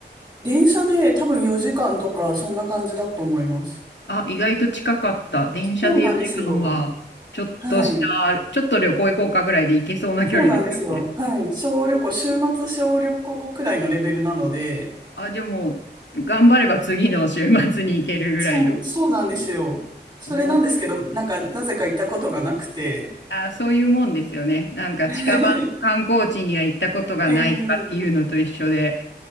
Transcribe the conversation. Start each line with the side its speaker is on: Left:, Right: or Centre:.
Right: 電車で多分4時間とかそんな感じだと思います。
Left: あ、意外と近かった。電車で4時間は、
Right: そうなんですよ。
Left: ちょっとした、
Right: はい。
Left: ちょっと旅行行こうかぐらいで行けそうな距離ですよね。
Right: そうなんですよ。はい。小旅行、週末小旅行くらいのレベルなので、
Left: あ、じゃあもう、頑張れば次の週末に行けるぐらいの。
Right: そう、そうなんですよ。それなんですけど、
Left: お、
Right: なんかなぜか行ったことがなくて。
Left: あ、そういうもんですよね。なんか近場の観光地には行ったことがないとかっていうのと一緒で。
Right: <laughs> ええ